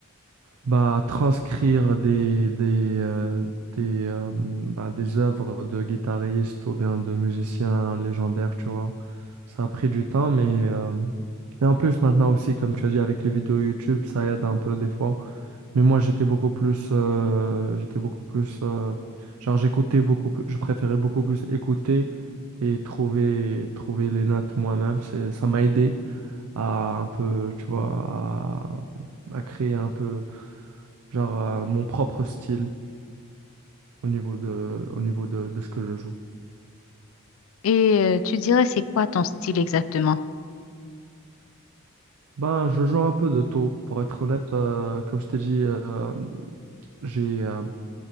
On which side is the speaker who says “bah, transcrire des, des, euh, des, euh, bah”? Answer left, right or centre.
Right